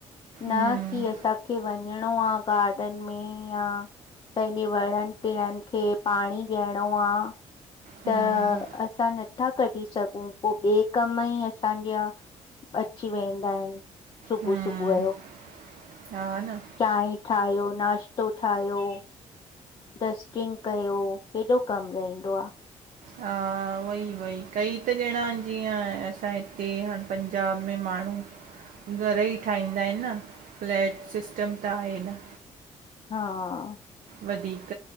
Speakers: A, on the left; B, on the right.
A: न
B: हम्म
A: की असांखे वंञिंणो आ गार्डन मींहु आ पंहिंजे वणंनि टिणंनि खे पांणी ॾियणो आ। त
B: हम्म
A: असां नथा कढी सघूं, पो ॿे कम ई असांजा अची वेंदा इनि सुबुअ-सुबुअ
B: हम्म
A: यो।
B: हा न।
A: चांहें ठाहियो, नाश्तो ठाहियो डस्टिंग कयो, हेॾो कमु रहिंदो आ
B: हा वई वई कई त ॼणां जीअं असांजे हिते हाणे पंजाब में माण्हू घर ई ठाहींदा इनि न फ्लैट सिस्टम त आहे न
A: हा।
B: वधीक